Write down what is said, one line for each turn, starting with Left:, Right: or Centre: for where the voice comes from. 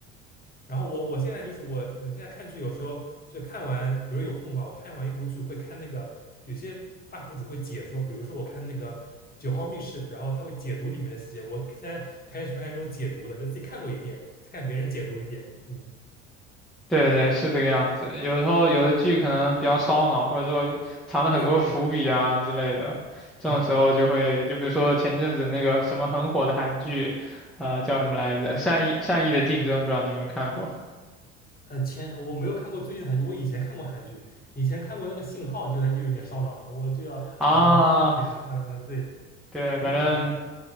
Left: 然后我我现在就是我，呃，现在看剧有时候就看完，比如有空的话，我看完一部剧会看那个有些 UP 主会解说，比如说我看那个《九号密室》，然后他会解读里面的细节。我现在开始看这种解读的，就自己看过一遍，再看别人解读一遍。嗯，
Centre: 对对，是这个样子。有时候有的剧可能比较烧脑，或者说藏了很多伏笔啊之类的，
Left: 对对对，
Centre: 这种时候就会，
Left: 嗯，
Centre: 就比如说前阵子那个什么很火的韩剧，呃，叫什么来着？《善意善意的竞争》，不知道你有没有看过
Left: 呃，前我没有看过最近的韩剧，我以前看过韩剧，以前看过那个《信号》，就它就有点烧脑，我就要好好理解理解。
Centre: 啊？
Left: 呃，呃对，
Centre: 对，
Left: 很久之前了，
Centre: 反正